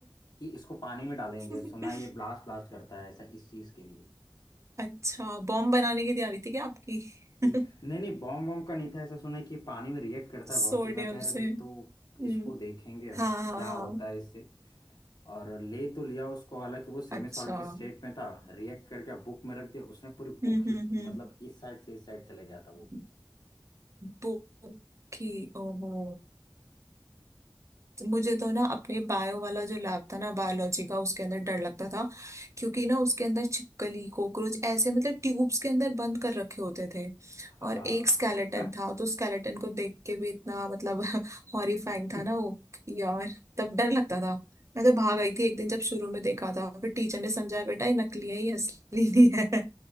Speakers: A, on the left; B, on the right.
A: कि इसको पानी में डालेंगे
B: <laughs>
A: सुना है ये ब्लास्ट ब्लास्ट करता है ऐसा इस चीज़ के लिए
B: अच्छा बॉम्ब बनाने की तैयारी थी क्या आपकी
A: कि
B: <laughs>
A: नहीं नहीं बॉम्ब बॉम्ब का नहीं था ऐसा सुना है कि ये पानी में रिएक्ट करता है
B: सोडियम
A: बहुत तेज मैं कह रहा
B: से
A: अभी तो
B: हम्म
A: इसको देखेंगे हम
B: हाँ हाँ
A: क्या
B: हाँ
A: होता है इससे और ले तो लिया उसको हालांकि वो सेमी
B: अच्छा
A: सॉलिड स्टेट
B: हम्म
A: में था रिएक्ट करके बुक में रख दिया उसने पूरी
B: हम्म
A: बुक ही मतलब इस साइड से इस साइड चले गया था वो
B: हम्म बुक की ओहो मुझे तो ना अपने बायो वाला जो लैब था ना बायोलॉजी का उसके अंदर डर लगता था क्योंकि ना उसके अंदर छिपकली कॉकरोच ऐसे मतलब ट्यूब्स के अंदर बंद कर रखे होते थे
A: हाँ
B: और एक स्केलेटन था तो स्केलेटन को देख के भी इतना मतलब <laughs> हॉरिफाइंग था
A: <laughs>
B: ना वो यार तब डर लगता था मैं तो भाग आई थी एक दिन जब शुरू में देखा था फिर टीचर ने समझाया बेटा ये नकली है ये असली नहीं है